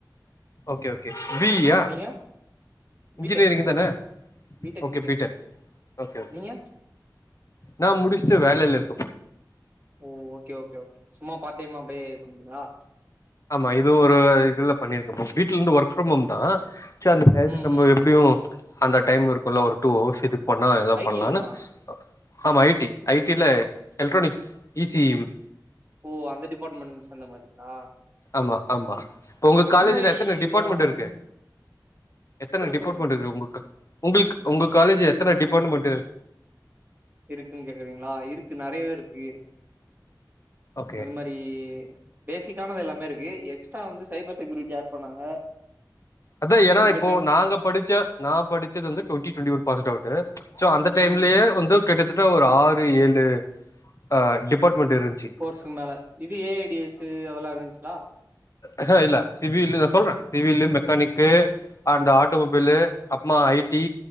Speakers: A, on the left; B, on the right.
A: okay okay B E யா
B: நீங்க
A: இன்ஜினரிங்
B: பி டெக்
A: தான
B: B tech
A: okay
B: B
A: B tech
B: tech
A: okay okay
B: நீங்க
A: நா முடிச்சுட்டு வேலில இருக்க ப்ரோ
B: ஓ ஓகே ஓகே ஓகே சும்மா பார்டைமா அப்டியே இது பண்றிங்களா
A: ஆமா இது ஒரு இதுல பண்ணியிருக்க ப்ரோ வீட்ல இருந்து ஒர்க் ஃப்ரம் ஹோம் தா அச்சோ அந்த ப்ராஜெட்
B: ம்
A: நம்போ
B: ம்
A: எப்டியு அந்த டைம் இருக்கு இல்ல ஒரு டூ ஹவர்ஸ் இதுக் பண்ணா எதாவ்
B: ஐ
A: பண்லான்னு
B: டி தானா
A: ஆமா ஐ டி ஐ டி ல எலக்ட்ரானிக்ஸ் இ சி இ
B: ஓ அந்த டிபார்ட்மெண்ட்ஸ் அந்த மாறிங்ளா
A: ஆமா ஆமா உங்க காலேஜ்ல
B: மாரி
A: எத்தன டிபார்ட்மெண்ட்
B: இதெல்லா
A: இருக்கு எத்தன
B: சொல்லுங்க
A: டிபார்ட்மெண்ட்
B: சொல்லுங்க
A: இருக்கு உங்க கா உங்களுக்கு உங்க
B: அது
A: காலேஜ்ல எத்தன டிபார்ட்மெண்ட்டு
B: இருக்குன்னு கேக்கறீங். ளா இருக்கு நறையவே இருக்கு
A: ஓகே
B: அந்மாறி அப்டியே பேசிக்கானது எல்லாமே இருக்கு எக்ஸ்ட்டா வந்து சைபர் செக்யூரிட்டி ஆட் பண்ணாங்க
A: அத்தா ஏன்னா
B: எங்கிட்டன்
A: இப்போ நாங்க படிச்ச நா படிச்சது வந்து twenty twenty one passed out so அந்த டைம்லயே
B: ம்
A: வந்து கிட்டத்தட்ட ஒரு ஆறு ஏழு அ டிபார்ட்மெண்ட் இருன்ச்சி
B: கோர்சுக்கு மேல இது ஏ ஐ டி எஸ் சு அதெல்லா இருந்துச்சுங்ளா
A: அ அ இல்ல சிவில்லு நா சொல்றே சிவில்லு மெக்கானிக்கு அண்ட் ஆட்டோமொபைல்லு
B: ம்
A: அப்மா ஐ டி